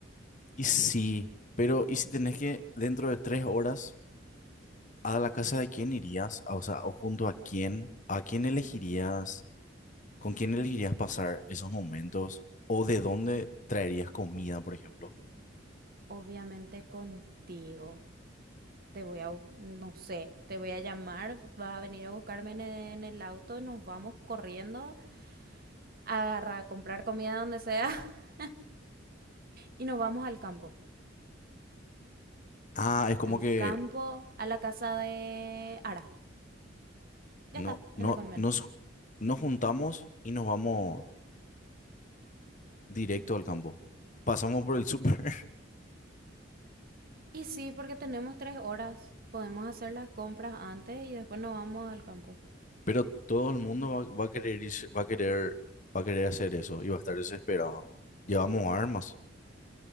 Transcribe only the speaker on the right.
Obviamente contigo. te voy a, bu- no sé, te voy a llamar, vas a venir a buscarme en e- en el auto, nos vamos corriendo a, agarrar- a comprar comida donde sea <laughs> y nos vamos al campo.
Al
campo, a la casa de Ara. Ya
está, en
la colmena.
Y sí, porque tenemos tres horas. Podemos hacer las compras antes y después nos vamos al campo.